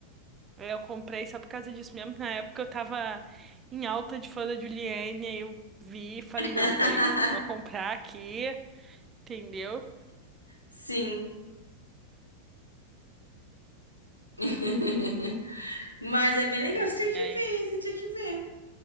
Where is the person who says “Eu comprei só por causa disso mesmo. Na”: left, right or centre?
Right